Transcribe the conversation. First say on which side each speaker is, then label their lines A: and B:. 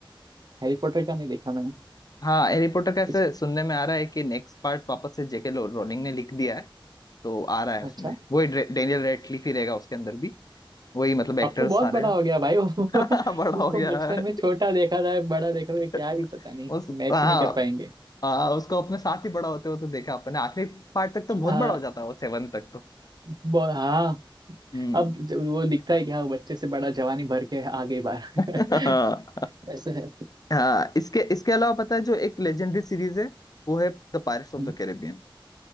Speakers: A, on the right (about 50°); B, on the left (about 45°).
A: हैरी पॉटर का नहीं देखा मैंने
B: हाँ हैरी पॉटर का ऐसे
A: उस
B: सुनने में आ रहा है कि नेक्स्ट पार्ट वापस से जेके रोलिंग ने लिख दिया है तो आ रहा है
A: अच्छा
B: उसमें वही डे- डेनियल रेडक्लिफ ही रहेगा उसके अंदर भी वही मतलब एक्टर्स
A: अब तो बहुत
B: सारे
A: बड़ा हो गया भाई वो
B: हैं
A: <laughs>
B: <laughs> बड़ा हो
A: उसको
B: गया
A: बचपन
B: है
A: में छोटा देखा था बड़ा देखा हुआ क्या ही
B: <laughs>
A: पता नहीं
B: उस
A: मैच
B: हाँ
A: ही नहीं कर पाएंगे
B: हाँ उसको अपने साथ ही बड़ा होते होते देखा अपने आखिरी पार्ट तक तो बहुत
A: हाँ
B: बड़ा हो जाता है वो सेवन तक तो
A: ब- हाँ
B: हम्म
A: अब जब वो दिखता है कि हाँ वो बच्चे से बड़ा जवानी भर के आगे बार
B: <laughs>
A: <laughs>
B: हाँ
A: ऐसा है
B: हाँ, इसके इसके अलावा पता है जो एक लेजेंडरी सीरीज है वो है the pirates of
A: हम्म,
B: the Caribbean